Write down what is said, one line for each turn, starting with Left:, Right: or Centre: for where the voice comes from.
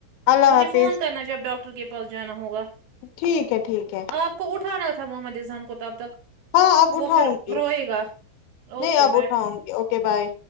Left: اللہ
Right: مجھے
Left: حافظ
Right: فون کرنا جب ڈاکٹر کے پاس جانا ہوگا
Left: ٹھیک ہے ٹھیک ہے
Right: آپ کو اٹھانا تھا محمد اذہان کو تب تک
Left: ہاں آب اٹھاؤں
Right: وہ پھر
Left: گی
Right: روئے گا
Left: نہیں
Right: اوکے
Left: آب
Right: بیٹھو
Left: اٹھاؤں گی اوکے بائے